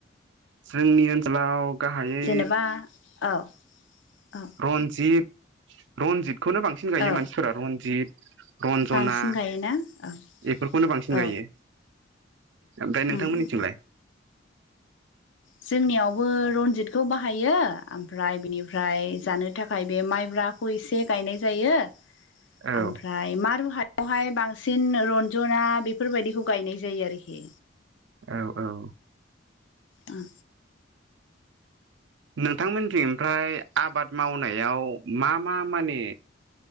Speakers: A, on the right; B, on the left.
A: जोंनि ओनसोलाव गाहायै
B: जेनेबा औ औ
A: रनजित-रनजितखौनो बांसिन गायो
B: औ
A: मानसिफोरा रनजित रन्जना
B: बांसिन गायोना औ
A: बेफोरखौनो बांसिन
B: औ
A: गायो। ओमफ्राय नोंथांमोननिथिंलाय?
B: उम उम जोंनियावबो रनजितखौ बाहायो ओमफ्राय बिनिफ्राय जानो थाखाय बे माइब्रा बाखौ एसे गायनाय जायो।
A: औ
B: आमफ्राय मारुहाय आवहाय बांसिन रन्जना बेफोरबायदिखौ गायनाय जायो आरोखि।
A: औ औ
B: उम
A: नोंथांमोननिथिंफ्राय आबाद मावनायाव मा मा माने?